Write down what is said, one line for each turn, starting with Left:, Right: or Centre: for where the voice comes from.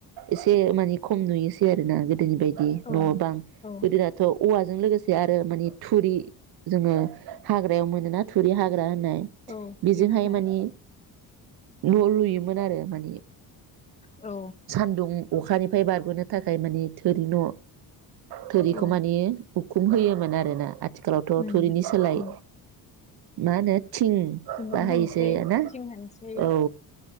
Right: एसे मानि खम नुयोसै आरोना गोदोनि बायदि बि
Left: औ
Right: न‌बां
Left: औ
Right: गोदोनाथ औवाजों लोगोसे आरो माने थुरि जोंङो हाग्रायाव मोनोना थुरि हाग ग्रा होननाय
Left: औ थुरि
Right: बेजोंहाय
Left: हाग्रा
Right: माने न लुयोमोन आरो माने
Left: औ
Right: सान्दुं अखानिफ्राय बारगनो थाखाय माने थोरि न थोरिखौ
Left: औ
Right: माने उखुम होयोमोन आरो ना आथि आथिखालावथ
Left: उम
Right: थुरिनि सोलाय
Left: उम
Right: मा नो थिं
Left: सिमेन्ट
Right: बाहायसै
Left: होनोसै
Right: ना
Left: थिं होनोसै
Right: औ <inaudible>